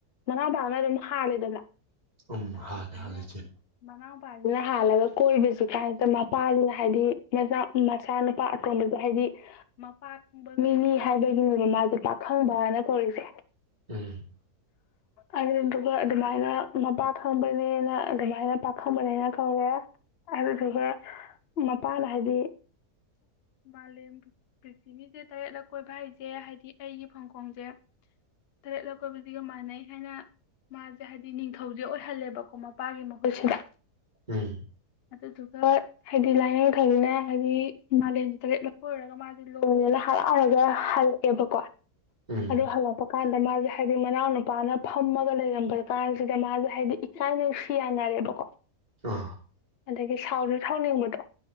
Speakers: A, on the left; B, on the right.
A: ꯃꯅꯥꯎꯄꯥꯅ ꯑꯗꯨꯝ ꯍꯥꯂꯦꯗꯅ
B: ꯎꯝ
A: ꯑꯥ
B: ꯍꯥꯜꯂꯦ
A: ꯑꯗꯨꯃꯥꯏꯅ
B: ꯍꯥꯜꯂꯦ ꯆꯦ
A: ꯃꯅꯥꯎ ꯄ ꯑꯗꯨꯅ ꯍꯥꯜꯂꯒ ꯀꯣꯏꯕꯕꯁꯤ ꯀꯥꯟꯁꯤꯗ ꯃꯄꯥꯁꯤꯅ ꯍꯥꯏꯗꯤ ꯃꯆꯥ ꯃꯆꯥꯅꯨꯄꯥ ꯑꯇꯣꯟꯕꯁ ꯍꯥꯏꯗꯤ ꯃꯄꯥ ꯈꯪꯕ ꯃꯤꯅꯤ ꯍꯥꯏꯕꯒꯤꯅꯤ ꯃꯥꯁꯦ ꯄꯥꯈꯪꯕꯅ ꯀꯧꯔꯤꯁꯦ
B: ꯎꯝ
A: ꯑꯗꯨꯗꯨꯒ ꯑꯗꯨꯃꯥꯏꯅ ꯃꯄꯥ ꯈꯪꯕꯅꯦꯅ ꯑꯗꯨꯃꯥꯏꯅ ꯄꯥꯈꯪꯕꯅꯦꯅ ꯀꯧꯔꯦ ꯑꯗꯨꯢꯗꯨꯒꯤ ꯃꯄꯥꯅ ꯍꯥꯏꯗꯤ ꯃꯥꯂꯦꯝ ꯄ꯭ꯔꯤꯊꯤꯕꯤꯁꯦ ꯇꯔꯦꯠꯂ ꯀꯣꯏꯕ ꯍꯥꯏꯁꯦ ꯍꯥꯏꯗꯤ ꯑꯩꯒꯤ ꯐꯪꯈꯣꯡꯁꯦ ꯇꯔꯦꯠꯂꯛ ꯀꯣꯏꯕꯖꯤꯒ ꯃꯥꯟꯅꯩ ꯍꯥꯏꯅ ꯃꯥꯁꯦ ꯍꯥꯏꯗꯤ ꯅꯤꯡꯊꯧꯁꯦ ꯑꯣꯏꯍꯜꯂꯦꯕꯀꯣ ꯃꯄꯥꯒꯤ ꯃꯍꯨꯠꯁꯤꯗ
B: ꯎꯝ
A: ꯑꯗꯨꯗꯨꯒ ꯍꯥꯏꯗꯤ ꯂꯥꯏꯅꯤꯡꯡꯊꯧꯅ ꯍꯥꯏꯗꯤ ꯃꯥꯂꯦꯝꯁꯦ ꯇꯔꯦꯠ ꯂꯛ ꯀꯣꯏꯔꯨꯔꯒ ꯃꯥꯁꯦ ꯂꯣꯏꯔ ꯍꯔꯥꯎꯔꯒ ꯍꯜꯂꯛ ꯑꯦ ꯍꯜꯂꯛꯑꯦꯕꯀꯣ
B: ꯎꯝ
A: ꯑꯗꯨ ꯍꯜꯂꯛꯄ ꯀꯥꯟꯗꯅꯤ ꯃꯥꯁꯦ ꯍꯥꯏꯗꯤ ꯃꯅꯥꯎ ꯅꯨꯄꯥꯅ ꯐꯝꯃꯒ ꯂꯩꯔꯝꯕ ꯀꯥꯟꯁꯤꯗ ꯃꯥꯁꯦ ꯍꯥꯏꯗꯤ ꯏꯀꯥꯏ ꯅꯨꯡꯁꯤ ꯌꯥꯅꯔꯦꯕꯀꯣ
B: ꯑꯥ
A: ꯑꯗꯒꯤ ꯁꯥꯎꯗꯨ ꯊꯥꯎꯅꯤꯡꯕꯗꯣ